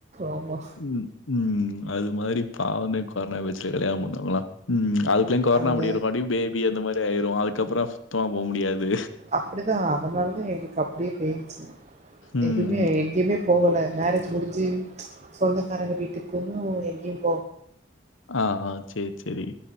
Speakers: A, on the right; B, on the left.
A: ஆமா
B: ம் ம் அது மாதிரி பாவனே கொரோனா பேச்சு கல்யாணம் பண்ணாங்களா ம் அது எப்டியு கொர்னா
A: அந்த
B: முடியரது குல்லாடியும் பேபிஅந்த மாரி ஆயிரு அதுக்கப்புறம் சுத்தமா போ முடியாது
A: அப்டிதா அதனாலதா எங்களுக்கு அப்டியே போய்டுச்சு
B: ம்.
A: எதுமே எங்க்யுமே போவல மேரேஜ் முடிஞ்சி சொந்தக் காரங்க வீட்டுக் குன்னு எங்க்யும்
B: ஆ ஆ சேரி சேரி